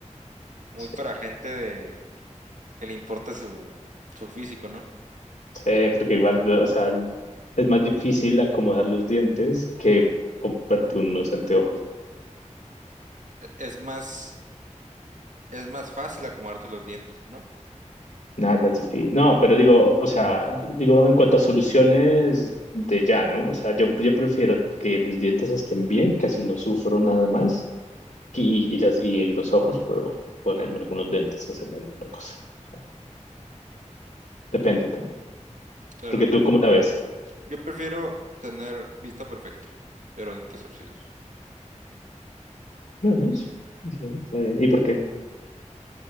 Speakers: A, on the right (about 80°); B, on the left (about 80°).
A: muy
B: sí.
A: para gente de que le importa su, su físico, ¿no?
B: Sí, porque igual, o sea, es más difícil acomodar los dientes que comprarte unos anteojos.
A: Es más, es más fácil acomodarte los dientes, ¿no?
B: Nada, es más difícil. No, pero digo, o sea, digo, en cuanto a soluciones de ya, ¿no? O sea, yo, yo prefiero que mis dientes estén bien, casi no sufro nada más, y, y, las, y en los ojos puedo ponerme algunos lentes o hacerme alguna cosa. O sea, depende también.
A: Claro.
B: Porque tú, ¿cómo la ves?
A: Yo prefiero tener vista perfecta, pero dientes torcidos.
B: Bueno, sí, sí, está bien. ¿Y por qué?